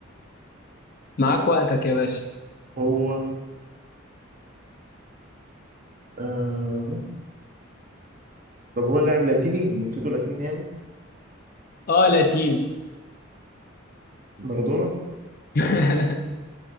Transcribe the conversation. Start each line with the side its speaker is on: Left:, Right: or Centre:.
Left: معاك وقتك يا باشا
Right: هو آه... طب هو لاعب لاتيني جنسيته لاتيني يعني
Left: اه لاتين
Right: مارادونا
Left: <laughs>